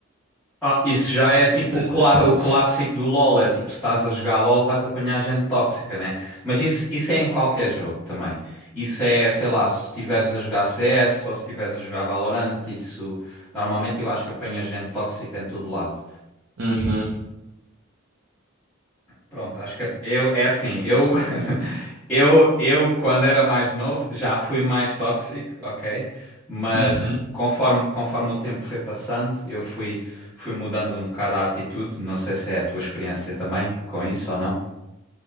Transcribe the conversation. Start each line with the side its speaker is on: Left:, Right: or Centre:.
Centre: Ah, isso já é tipo
Right: Tens
Centre: o, clá-
Right: hipótese.
Centre: o clássico do LoL, é tipo se estás a jogar LoL vais apanhar gente tóxica, né? Mas isso, isso é em qualquer jogo também. Isso é, sei lá, se estiveres a jogar CS ou se estiveres a jogar Valorant, isso normalmente eu acho que apanha gente tóxica em todo lado.
Right: Uhum,
Centre: Pronto, acho que eu, eu- é assim, eu <laughs> eu eu quando era mais novo já fui mais tóxico, ok? Mas
Right: uhum.
Centre: conforme conforme o tempo foi passando, eu fui fui mudando um bocado a atitude, não sei se é a tua experiência também com isso ou não.